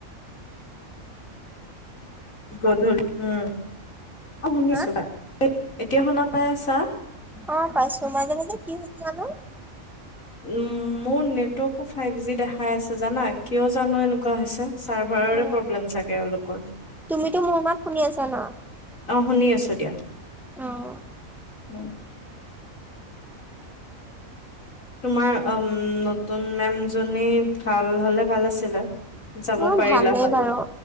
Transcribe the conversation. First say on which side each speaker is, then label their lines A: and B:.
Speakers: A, on the left; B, in the centre.
A: গধূল উম, অ', শুনিছো।
B: হা
A: এতিয়া শুনা পাই আছা?
B: অ', পাইছো মাজে মাজে কি হৈছে জানো।
A: উম, মোৰ নেটৱৰ্কো ফাইভ জি দেখাই আছে জানা, কিয় জানো এনেকুৱা হৈছে। চাৰ্ভাৰৰে
B: উম,
A: প্ৰব্লেম চাগে এওঁলোকৰ। অ',
B: তুমিতো মোৰ মাত শুনি আছা ন
A: শুনি আছো দিয়া।
B: অ'।
A: উম, তোমাৰ অ', নতুন মে'ম জনী ভাল হ'লে ভাল আছিলে। যাব
B: অ',
A: পাৰিলা
B: ভালেই
A: হয়
B: বাৰু।